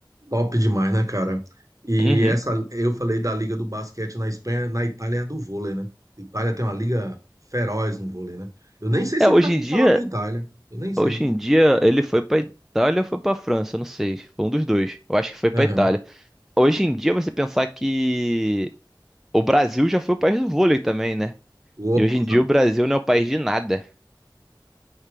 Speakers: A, on the right; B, in the centre.
A: Top demais, né, cara? E
B: Uhum.
A: essa, eu falei da Liga do Basquete na Espanha, na Itália é do vôlei, né? Itália tem uma liga feroz no vôlei, né? Eu nem sei
B: É,
A: se
B: hoje
A: ele tá indo
B: em dia,
A: pra lá pra Itália. Eu nem sei.
B: hoje em dia ele foi pra Itália ou foi pra França, não sei. Foi um dos dois. Eu acho que foi pra
A: Aham.
B: Itália. Hoje em dia você pensar que o Brasil já foi o país do vôlei também, né?
A: Opa,
B: E hoje em dia o Brasil não é o país de nada.